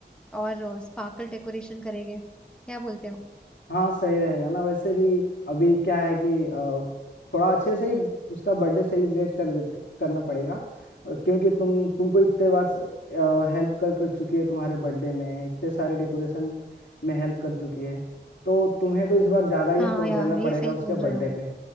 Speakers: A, in the centre; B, on the left.
A: और स्पार्कल डेकोरेशन करेंगे क्या बोलते हो
B: हाँ सही रहेगा ना वैसे भी अभी क्या है कि अ, थोड़ा अच्छे से ही उसका बर्थडे सेलिब्रेट कर देते करना पड़ेगा अ, क्योंकि तुम तुमको इतने बार हेल्प कर कर चुकी है तुम्हारे बर्थडे में इतने सारे डेकोरेशन में हेल्प कर चुकी है तो तुम्हें तो इस बार ज्यादा ही
A: हाँ
B: एफर्ट
A: यार
B: देना
A: ये
B: पड़ेगा
A: सही
B: उसके
A: बोल रहे
B: बर्थडे
A: हो
B: पे